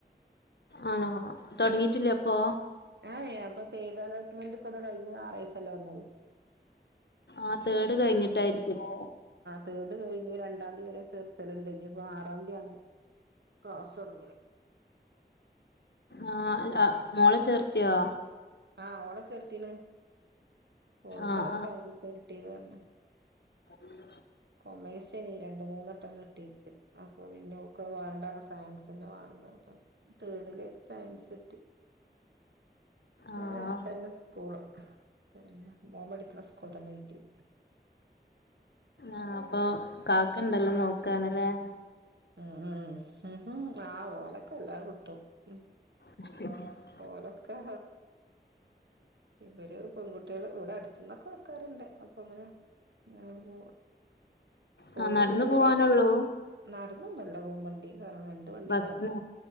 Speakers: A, on the left; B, on the right.
A: ആണോ തുടങ്ങിട്ടില്ലേ അപ്പൊ
B: ഏഹ് ഏഹ് അപ്പൊ തേട് അലോട്ട്മെന്റ് ഇപ്പൊ അത കഴിഞ്ഞ ഞാറാഴ്ച്ചല്ലേ വന്നത്
A: ആഹ് തേഡ് കഴിഞ്ഞിട്ടായിരിക്കില്ലേ
B: തേട് കഴിഞ്ഞു രണ്ടാം തി വരെ ചെർത്തലുണ്ട് ഇനി ഇപ്പോ ആറാം തിയാണ് ക്ലാസ് തുടങ്ങല്
A: ആഹ് അല്ല മോളെ ചേർത്തിയോ
B: ആഹ് ഓള ചെർത്തിന് ഒളുക്കണ
A: ആഹ്
B: സയൻസ് കിട്ടീത് പറണ
A: ഉ
B: കൊമേഴ്സനി രണ്ട് മൂന്നട്ടം കിട്ടിയത് അപ്പൊ പിന്നെ ഓക്ക് അത് വേണ്ട സയൻസന്ന വേണന്ന് അപ്പ തേർഡില് സയൻസ് കിട്ടി ഇവടെ
A: ആഹ്
B: അടുത്ത് തന്നെ സ്കൂള് പിന്നെ മോൻ പഠിക്കുന്ന സ്കൂൾ തന്നെ കിട്ടിത്
A: ആഹ് അപ്പൊ കാക്കണ്ടല്ലോ നോക്കാനല്ലേ.
B: ഉം ഉം ഉ ആഹ് ഓലൊക്കെ എല്ലാം കിട്ടും. ഉം
A: ഹമ്
B: ഓലൊക്കെ ഇവര് പെൺകുട്ടികൾ ഇവിടെ അടുത്ത് നിന്നൊക്കെ ആൾക്കാരുണ്ട് അപ്പൊ ങ്ങനെ ഞാൻ ഇപ്പൊ.
A: ആഹ്
B: ഓര്
A: നടന്നു
B: ഉണ്ട് ഇതില്
A: പോവാനൊള്ളൂ
B: നടന്ന് അല്ല പോവും വണ്ടി വേറെ വണ്ടി. വണ്ടി
A: ബസിന്
B: കയറണം,